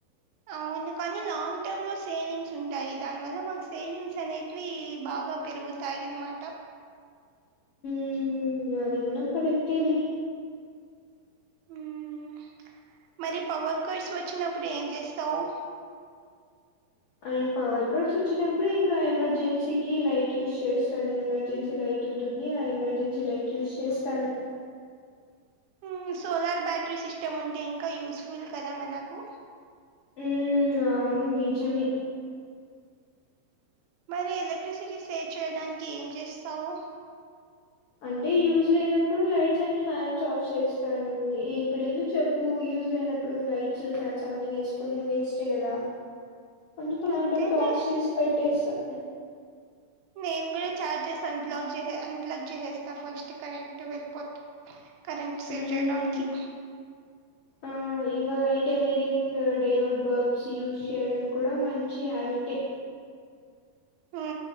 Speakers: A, on the right (about 85°); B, on the left (about 85°).
A: అవును కానీ లాంగ్ టర్మ్ లో సేవింగ్స్ ఉంటాయి దానివల్ల మాకు సేవింగ్స్ అనేటివి బా గా పెరుగుతాయి అన్మాట
B: ఉం అది కూడా కరెక్ట్ ఏ లే
A: ఉమ్ మరి పవర్ కట్స్ వచ్చినప్పుడు ఏం చేస్తావు
B: అండ్ పవర్ కట్స్ వచ్చినప్పుడు ఇంకా ఎమర్జెన్సీకి లైట్ యూజ్ చేస్తాను ఎమర్జెన్సీ లైట్ ట్ ఉంటుంది ఆ ఎమర్జెన్సీ లైట్ యూస్ చేస్తాను
A: ఉమ్ సోలార్ బ్యాటరీ సిస్టమ్ ఉంటే ఇంకా యూస్ఫుల్ కదా మనకు
B: ఉం అవును నిజమే
A: మరి ఎలక్ట్రిసిటీ సేవ్ చేయడానికి ఏం చేస్తావు
B: అంటే యూజ్ లేనప్పుడు లైట్స్ అండ్ ఫ్యాన్స్ ఆఫ్ చేస్తాను ఇప్పుడు ఎందుకు చెప్పు యూజ్ లేనప్పుడు లైట్స్ ఫ్యాన్స్ అవన్నీ వేసుకొని వేస్ట్ కదా అందుకె అలాంటప్పుడు
A: అంతేలే
B: ఆఫ్ చేస్ పెట్టేస్తా
A: నేను కూడా చార్జెస్ అన్ప్లాక్ చే అన్ప్లాక్ చేసేస్తా ఫస్ట్ కరెంట్ వెళ్ళిపోతు కరెంట్ సేవ్
B: మ్మ్
A: చేయడానికి
B: ఆ ఇంగా లైట్ మీడింగ్ డే వొడ్ బల్బ్స్ యూస్ చేయడం కూడా మంచి హ్యాబిటే
A: ఉం